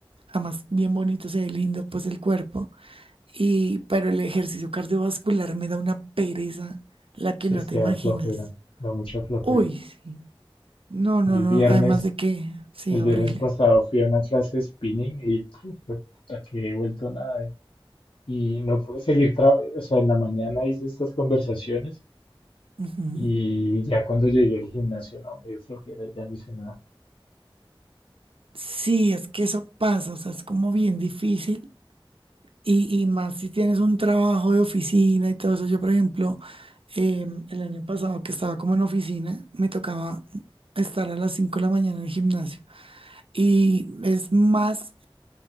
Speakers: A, on the right; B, on the left.
A: además bien bonito, se ve lindo pues el cuerpo, y, pero el ejercicio cardiovascular me da una pereza, la
B: Sí,
A: que no
B: es
A: te
B: que
A: imaginas.
B: da flojera, da mucha flojera.
A: Uy, sí. No, no,
B: Yo el
A: no,
B: viernes,
A: además de que, sí,
B: el
A: horrible.
B: viernes pasado fui a una clase de spinning y puf, fue puta, que he vuelto nada. eh. Y no pude seguir, tra- o sea, en la mañana hice estas conversaciones
A: Ujú.
B: y ya cuando llegué al gimnasio, no, me dio flojera y ya no hice nada.
A: Sí, es que eso pasa, o sea, es como bien difícil y, y más si tienes un trabajo de oficina y todo eso. Yo, por ejemplo, em, el año pasado que estaba como en oficina, me tocaba estar a las 5 de la mañana en el gimnasio y es más